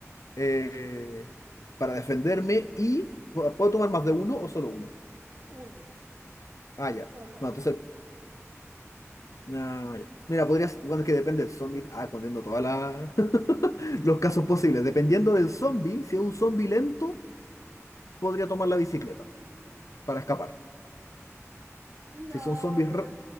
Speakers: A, on the left (about 80°); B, on the right (about 45°).
A: eh, para defenderme y ¿puedo tomar más de uno o solo uno?
B: uno,
A: Ah,
B: solo
A: ya. No,
B: uno.
A: entonces Ah, ya. mira, podrías, bueno, es que depende del zombie, ah, poniendo todos <laughs> los casos posibles. Dependiendo del zombie, si es un zombie lento, podría tomar la bicicleta para escapar.
B: No,
A: Si son un
B: pero
A: ra-